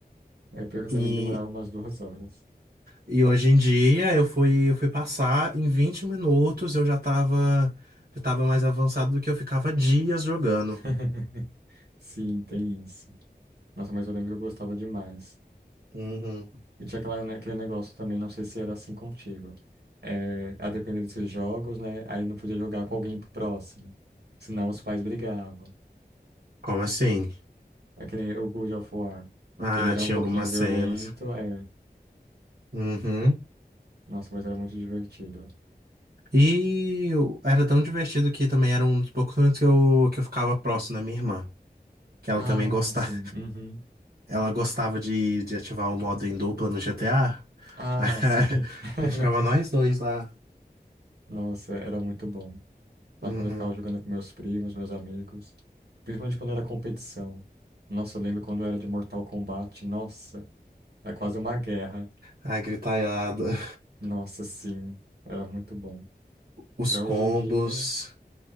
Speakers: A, on the right; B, on the right.
A: é pior que eu
B: E,
A: também demorava umas duas horas.
B: e hoje em dia eu fui, eu fui passar em 20 minutos, eu já tava, eu tava mais avançado do que eu ficava dias jogando.
A: <laughs> Sim, tem isso. Nossa, mas eu lembro que eu gostava demais.
B: Uhum.
A: E tinha aquela, né, aquele negócio também, não sei se era assim contigo. É, a depender desses jogos, né? Aí não podia jogar com alguém pro próximo. Senão os pais brigavam.
B: Como assim?
A: É que nem o God of War.
B: Ah,
A: Porque ele era
B: tinha
A: um pouquinho
B: algumas
A: violento,
B: cenas.
A: é.
B: Uhum.
A: Nossa, mas era muito divertido.
B: E eu- era tão divertido que também era um dos poucos momentos que eu, que eu ficava próximo da minha irmã, que ela
A: Ah,
B: também gostava.
A: sim. uhum.
B: Ela gostava de, de ativar o modo em dupla no GTA. <laughs>
A: Ah,
B: Aí
A: sim. <laughs>
B: Ficava nós dois lá.
A: Nossa, era muito bom. mas
B: Uhum.
A: quando eu ficava jogando com meus primos, meus amigos. Principalmente quando era competição. Nossa, eu lembro quando era de Mortal Kombat. Nossa, é quase uma guerra.
B: A gritaiada.
A: Nossa, sim. Era muito bom.
B: Os
A: Já
B: combos.
A: hoje em dia.